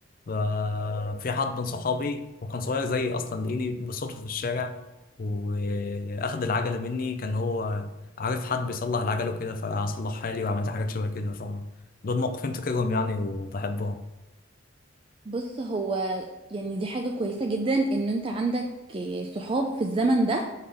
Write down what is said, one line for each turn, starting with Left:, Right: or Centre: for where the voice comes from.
Left: ففي حد من صحابي وكان صغير زيي أصلا لقيني بالصدفة في الشارع وأخد العجلة مني كان هو عارف حد بيصلح العجلة وكده فصلحها لي وعملت حاجات شبه كده فدول موقفين تكرهم يعني وبحبهم
Right: بص هو يعني دي حاجة كويسة جدا ان انت عندك إيه، صحاب في الزمن ده